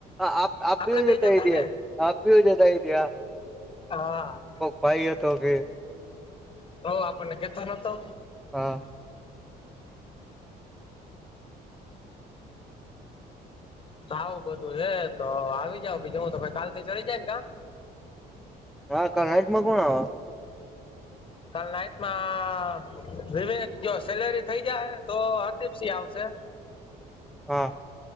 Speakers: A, in the centre; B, on the left.
A: આ-આપ-આપ્યું
B: આપડે બે
A: છે ન
B: જતા
A: આઈડિયા,
B: ને
A: આપ્યું છે ન આઈડિયા.
B: હા.
A: ભઈ એ તો કે
B: તો આપડને કેતો નતો.
A: હા.
B: આવું બધું હે તો આવી જાવ, બીજે હુ તો કાલથી ચઢી જાયન કા?
A: હા, કાલ નાઈટમાં કોણ આવ?
B: કાલ નાઇટમાં વિવેક, જો સેલેરી થઈ જાહે તો હરદીપસિંહ આવશે.
A: હા.